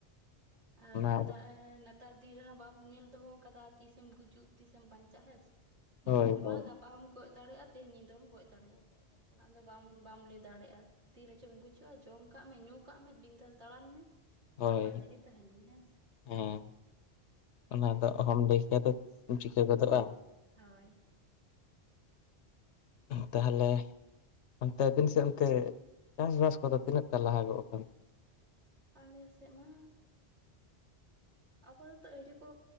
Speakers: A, on the right; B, on the left.
A: ᱟᱨ
B: ᱚᱱᱟ
A: ᱦᱟᱛᱟᱜ ᱱᱚᱜ ᱛᱟᱨ ᱫᱤᱱ ᱨᱮᱦᱚᱸ ᱵᱟᱢ ᱧᱮᱞ ᱫᱚᱦᱚ ᱟᱠᱟᱫᱟ ᱛᱤᱥᱮᱢ ᱜᱩᱡᱩᱜ ᱛᱤᱥᱮᱢ ᱵᱟᱸᱧᱪᱟᱜ ᱦᱮᱸᱥᱮ
B: ᱦᱳᱭ
A: ᱱᱮᱛᱟᱨ
B: ᱦᱳᱭ
A: ᱢᱟ ᱜᱟᱯ ᱯᱟᱢ ᱜᱚᱡ ᱫᱟᱲᱮᱭᱟᱜᱼᱟ ᱛᱮᱦᱮᱧ ᱧᱤᱫᱟᱹᱢ ᱜᱚᱡ ᱫᱟᱲᱮᱭᱟᱜᱼᱟ, ᱟᱫᱚ ᱵᱟᱢ ᱵᱟᱢ ᱞᱟᱹᱭ ᱫᱟᱲᱮᱭᱟᱜᱼᱟ ᱛᱤ ᱨᱮᱪᱚᱢ ᱜᱩᱡᱩᱜᱼᱟ ᱡᱚᱢ ᱠᱟᱜ ᱢᱮ ᱧᱩ ᱠᱟᱜ ᱢᱮ ᱵᱤᱱᱫᱟᱥ ᱫᱟᱲᱟᱱ ᱢᱮ᱾
B: ᱦᱳᱭ
A: ᱱᱟᱯᱟᱭ ᱛᱮᱜᱮ ᱛᱟᱦᱮᱱ ᱢᱮ ᱦᱮᱸ ᱥᱮ
B: ᱦᱮᱸ ᱚᱱᱟ ᱫᱚ ᱚᱦᱚᱢ ᱞᱟᱸᱭ ᱠᱮᱭᱟ ᱛᱚ᱾ ᱛᱤᱥᱮᱢ
A: ᱚᱦᱚᱸᱜ
B: ᱪᱤᱠᱟᱹ
A: ᱚᱦᱚᱸᱜ
B: ᱜᱚᱫᱚᱜᱼᱟ
A: ᱦᱳᱭ᱾
B: ᱚᱦᱩᱸ ᱛᱟᱦᱚᱞᱮ ᱚᱱᱛᱮ ᱟᱵᱤᱱ ᱥᱮᱫ ᱚᱱᱛᱮ ᱪᱟᱥᱵᱟᱥ ᱠᱚᱫᱚ ᱛᱤᱱᱟᱹᱜ ᱴᱟ ᱞᱟᱦᱟᱜᱚᱜ ᱠᱟᱱ?
A: ᱟᱞᱮ ᱥᱮᱫ ᱢᱟᱻ ᱟᱯᱟᱛᱚ ᱟᱭᱨᱤ ᱠᱚ